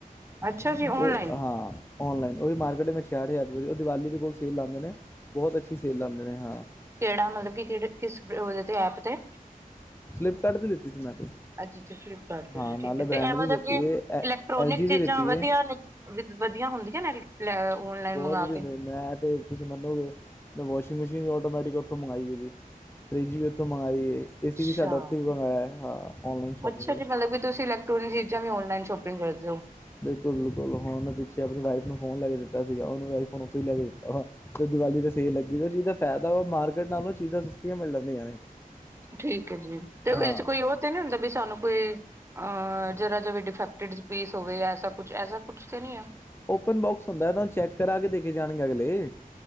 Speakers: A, on the right (about 20°); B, on the left (about 15°).
A: ਅੱਛਾ ਜੀ ਔਨਲਾਈਨ
B: ਉਹ ਹਾਂ। ਔਨਲਾਈਨ ਉਹ ਵੀ ਮਾਰਕੀਟ ਮੈਂ ਛਿਆਹਠ ਹਜ਼ਾਰ ਦੇ ਉਹ ਦੀਵਾਲੀ ਦੇ ਕੋਲ ਸੇਲ ਲਾਂਦੇ ਨੇ ਬਹੁਤ ਅੱਛੀ ਸੇਲ ਲਾਂਦੇ ਨੇ ਹਾਂ।
A: ਕਿਹੜਾ ਮਤਲਬ ਕਿ ਕਿਹੜੇ ਕਿਸ ਉਹਦੇ ਤੇ ਐਪ ਤੇ।
B: ਫਲਿਪ ਕਾਰਡ ਦੇ ਲੀਤੀ ਸੀ ਮੈਂ।
A: ਅੱਛਾ-ਅੱਛਾ ਫਲਿਪ ਕਾਰਡ ਤੋਂ
B: ਹਾਂ
A: ਲਈ
B: ਨਾਲੇ
A: ਠੀਕ ਏ
B: ਬ੍ਰੈਂਡ
A: ਤੇ ਐਮਾਜੋਨ
B: ਦੀ ਲਿੱਤੀ
A: ਤੋਂ,
B: ਏ
A: ਇਲੈਕਟ੍ਰੋਨਿਕ
B: ਐਲ ਜੀ ਦੀ
A: ਚੀਜ਼ਾਂ
B: ਲਿੱਤੀ
A: ਵਧੀਆ
B: ਏ
A: ਨੇ। ਵਧੀਆ ਹੁੰਦੀਆਂ ਨੇ ਔਨਲਾਈਨ
B: ਬਹੁਤ
A: ਮੰਗਵਾ
B: ਵਧੀਆ
A: ਕੇ?
B: ਹੁੰਦੇ ਮੈਂ ਤੇ ਤੁਸੀਂ ਮੰਨੋਗੇ, ਮੈਂ ਵਾਸ਼ਿੰਗ ਮਸ਼ੀਨ ਵੀ ਆਟੋਮੈਟਿਕ ਉੱਥੋਂ ਮੰਗਾਈ ਹੈ ਜੀ। ਫਰਿੱਜ ਵੀ ਉੱਥੋਂ ਮੰਗਵਾਈ ਹੈ,
A: ਅੱਛਾ
B: ਏ ਸੀ ਵੀ ਸਾਡਾ ਉੱਥੇ ਵੀ ਮੰਗਵਾਆ ਹਾਂ ਔਨਲਾਈਨ ਸ਼ੋਪਿੰਗ
A: ਅੱਛਾ
B: ਵਿੱਚ।
A: ਜੀ ਮਤਲਬ ਕਿ ਤੁਸੀਂ ਲ਼ੈ <unintelligible> ਚੀਜ਼ਾਂ ਵੀ ਔਨਲਾਈਨ ਸ਼ੋਪਿੰਗ ਕਰਦੇ ਓ।
B: ਬਿਲਕੁਲ-ਬਿਲਕੁਲ ਹੁਣ ਪਿੱਛੇ ਆਪਣੀ ਵਾਈਫ ਨੂੰ ਫੋਨ ਲ ਕੇ ਦਿੱਤਾ ਸੀਗਾ ਉਹਨੂੰ ਆਈ ਫੋਨ ਉੱਥੋਂ ਹੀ ਲੈ ਕੇ ਦਿੱਤਾ। ਆਹ ਤੇ ਦੀਵਾਲੀ ਤੇ ਸੇਰ ਲੱਗੀ ਉਹ ਚੀਜ਼ ਦਾ ਫਾਇਦਾ ਵਾ ਮਾਰਕੀਟ ਨਾਲੋਂ ਚੀਜ਼ਾਂ ਸਸਤੀਆਂ ਮਿਲ ਜਾਂਦੀਆਂ ਨੇ।
A: ਠੀਕ ਹੈ ਜੀ, ਤੇ
B: ਹਾਂ
A: ਉਹਦੇ ਚ ਕੋਈ ਉਹ ਤੇ ਨੀ ਹੁੰਦਾ ਵੀ ਸਾਨੂੰ ਕੋਈ ਅਹ ਜਰਾ ਜਿਵੇ ਡਿਫੈਕਟਡ ਪੀਸ ਹੋਵੇ ਕੁਛ ਐਸਾ ਕੁਛ ਤੇ ਨਹੀਂ ਐ?
B: ਓਪਨ ਬੋਕਸ ਹੁੰਦਾ ਤਾਂ ਉਹਨੂੰ ਚੈੱਕ ਕਰਾ ਕੇ ਦੇ ਕੇ ਜਾਣਗੇ ਅਗਲੇ।